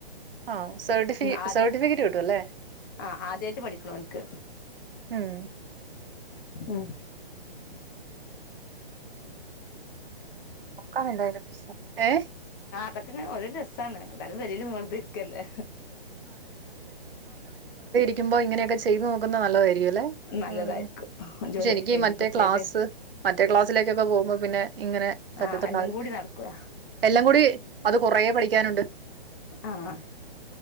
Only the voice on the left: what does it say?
ഉം ആദ്യ
ആഹ് ആദ്യായിട്ട് പഠിക്ക്ണോൻക്ക്
ഉം
ഇതക്കങ്ങനെ ഒരു രസാണ് എതാലും പെരേല് വെറുതെ ഇരിക്ക അല്ലേ
നല്ലതായിരിക്കും
ജോലിയൊക്കെ
കഴിഞ്ഞിട്ട്
ഫ്രീ
ടൈം
ആ എല്ലാം കൂടി നടക്കൂല
ആഹ്